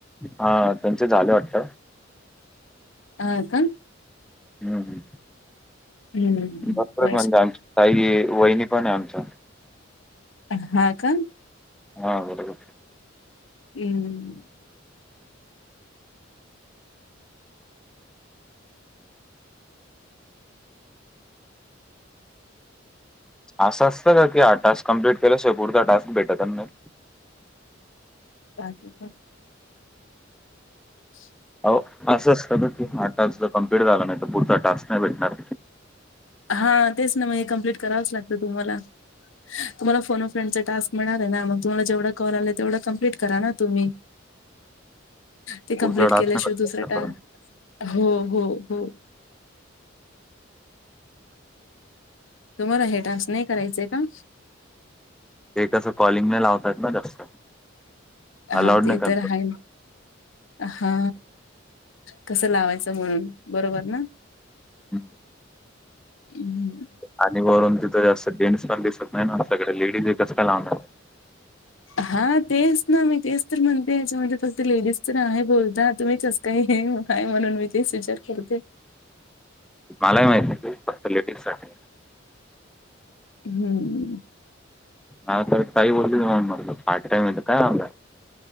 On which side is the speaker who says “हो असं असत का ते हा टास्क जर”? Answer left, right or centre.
Centre